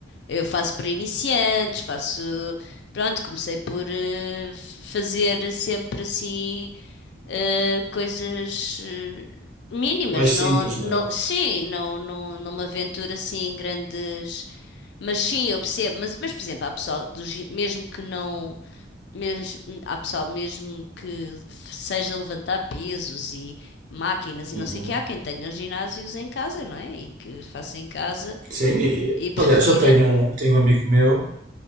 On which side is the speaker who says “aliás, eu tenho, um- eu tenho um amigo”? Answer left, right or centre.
Right